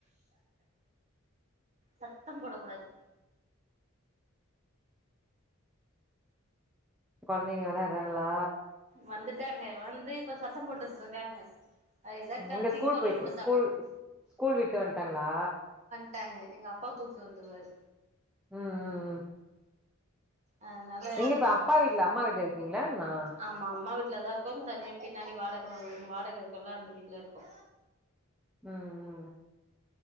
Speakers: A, on the right (about 30°); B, in the centre.
A: சத்தம் போடக் கூடாது
B: கொழந்தைங்க வெளாட்றாங்களா
A: வந்துட்டாங்க வந்து இப்ப சத்தம் போட்டுட்டு இருக்காங்க அது ஏதா கத்தி
B: எங்க ஸ்கூல்
A: குரல்
B: போயிட்டு
A: குடுத்தாங்க
B: ஸ்கூல் ஸ்கூல் விட்டு வந்ட்டாங்களா
A: ட்டாங்க எங்க அப்பா கூட்டு வந்துருவாரு
B: ம் ம் ம்
A: அதனால
B: எங்க இப்ப அப்பா வீட்ல அம்மா வீட்ல இருக்கீங்ளான்னா
A: ஆமா அம்மா வீட் டுல தான் இருக்கோ தனியா பின்னாடி வாடக வாடக இருக்குல்ல அந்த வீட்டுல இருக்கோ
B: ம்